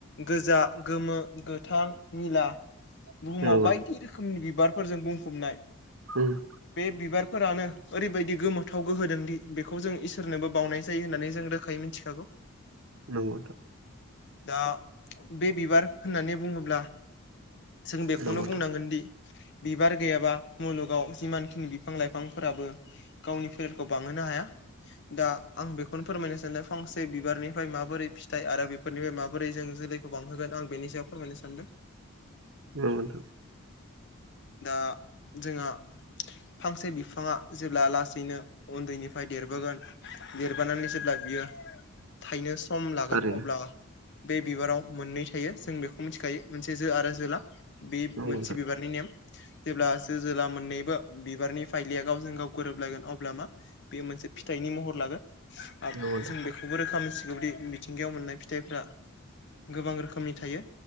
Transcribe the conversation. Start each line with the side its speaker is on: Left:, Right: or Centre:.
Left: गोजा गोमो गोथां निला बुहुमाव
Right: नंगौ
Left: बायदि रोखोमनि बिबारफोरजों बुंफबनाय।
Right: <unintelligible>
Left: बे बिबारफोरानो ओरैबायदि गोमोथाव गोहोदों दि बेखौ जों इसोरनोबो बावनाय जायो होननानै जों रोखा यै मिथिखागौ।
Right: नंगौ नोंथां
Left: दा बे बिबार होननानै बुङोब्ला जों बेखौनो
Right: नंगौ नोंथां नंगौ नोंथां नंगौ नोंथां
Left: बुंनांगोन दि बिबार गैयाबा मुलुगाव जिमान खिनि बिफां लाइफांफोराबो गावनि फोलेरखौ बांहोनो हाया। दा आं बेखौनो फोरमायनो सानदों फांसे बिबारनिफ्राय माबोरै फिथाइ आरो बे फोरनिफ्राय माबोरै जों जोलैखौ बांहोगोन आं बेनि सायाव फोरमायनो सानदों।
Right: <unintelligible>
Left: दा जोंहा फांसे बिफाङा जेब्ला लासैनो उन्दैनिफ्राय देरबोगोन देरबोनानै जेब्ला बियो थायनो सम लागोन
Right: थारैनो
Left: अब्ला बे बिबाराव मोननै थायो। जों बेखौ मिथिखायो मोनसे जो आरो जोला बे
Right: नंगौ
Left: मोनसे
Right: नोंथां
Left: बिबार बि नेम जेब्ला जो जोला मोननैबो बिबारनि फाइलिया गावजों गोरोबलायगोन अब्ला मा बे मोनसे फिथाइनि महर लागोन, आ
Right: नंगौ नोंथां
Left: जों बेखौ गुबुन रोखोमनि सिगौदि मिथिंगायाव मोननाय फिथाइफ्रा गोबां रोखोमनि थायो।